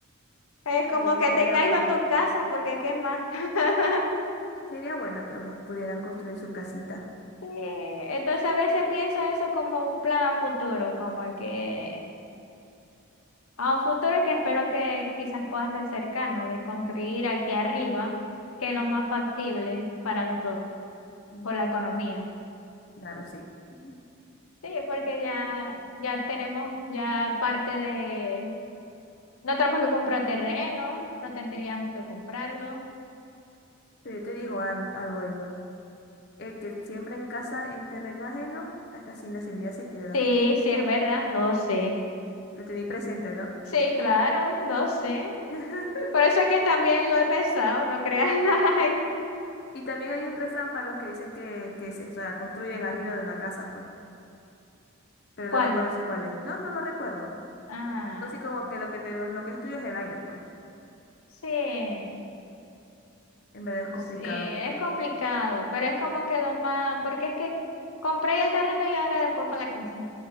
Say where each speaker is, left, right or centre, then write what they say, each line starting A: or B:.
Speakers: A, on the left; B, on the left.
A: Es
B: Ay,
A: como que
B: quería
A: te caigo
B: bueno.
A: en tu casa porque qué más. <laughs>
B: Sería bueno que pudieran construir su casita.
A: Sí, entonces a veces pienso eso como un plan a futuro, como que a un futuro que espero que quizás pueda ser cercano, de construir aquí arriba, que es lo más factible para los dos,
B: Mm,
A: por la economía.
B: Claro, sí. Ujú.
A: Sí, porque ya, ya tenemos ya parte de No tenemos que comprar terreno, no tendríamos que comprarlo.
B: Pero yo te digo al- algo, Emma. El que siembra en casa en terreno ajeno, hasta sin la semilla se queda.
A: Sí, sí, es verdad, lo sé.
B: Lo tenéis presente, ¿no?
A: Sí, claro, lo sé.
B: <laughs>
A: Por eso es que también lo he pensado, no creas. <laughs> Ay,
B: Y también hay un refrán para los que dicen que, que se- o sea, construyen arriba de una casa, pues. Pero
A: ¿Cuál?
B: no recuerdo ese cuál es. No, no lo recuerdo.
A: Ah,
B: Así como que lo que te, lo que es tuyo es el aire, pues.
A: sí,
B: En verdad es complicado.
A: sí, es complicado, pero es como que lo más, porque es que compré el terreno y ahora después para la casa.